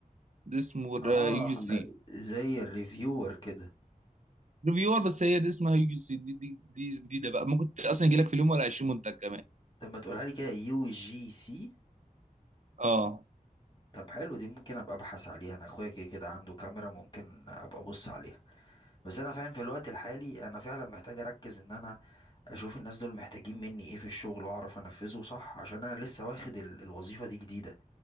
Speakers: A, on the right; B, on the left.
A: دي اسمه
B: اه
A: يو جي سي
B: زي الريفيور كده
A: ريفيور بس هي دي اسمها يو جي سي دي دي دي جديده بقى ممكن ت- اصلا يجي لك في اليوم ولا 20 منتج كمان
B: طب ما تقولها لي كده يو جي سي
A: اه
B: طب حلو دي ممكن ابقى ابحث عليها انا اخويا كده كده عنده كاميرا ممكن ابقى ابص عليها بس انا فاهم في الوقت الحالي انا فعلا محتاج اركز ان انا اشوف الناس دول محتاجين مني ايه في الشغل واعرف انفذه صح عشان انا لسه واخد ال- الوظيفة دي جديدة